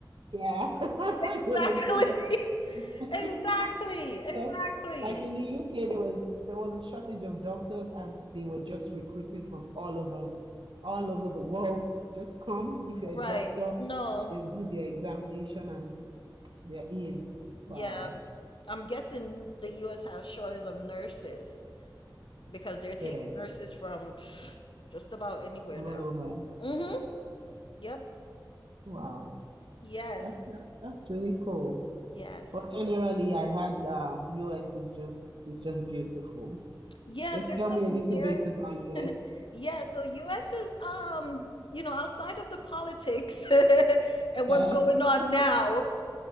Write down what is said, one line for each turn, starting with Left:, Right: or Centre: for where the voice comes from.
Right: Yeah, <laughs>
Left: Exactly.
Right: they would bring up a
Left: <laughs>
Right: scheme.
Left: Exactly.
Right: <laughs> because
Left: Exactly.
Right: like in the UK, there was there was a shortage of doctors, and they were just recruiting from all over, all over the world. Just come if you're
Left: Right.
Right: a doctor,
Left: No.
Right: they'll do their examination, and they're in.
Left: Yeah.
Right: Wow.
Left: I'm guessing the US has shortage of nurses because they're taking
Right: Yes,
Left: nurses from <sighs> pff, just about anywhere
Right: from
Left: now.
Right: all over.
Left: Mhm. Yep.
Right: Wow.
Left: Yes.
Right: That, that that's really cool.
Left: Yes.
Right: But generally, I had uh, US is just is just beautiful.
Left: Yes,
Right: Just
Left: there's
Right: tell
Left: some
Right: me a little
Left: there
Right: bit about US.
Left: <laughs> Yeah, so US is um, you know, outside of the politics <laughs> and
Right: Yeah.
Left: what's going on now.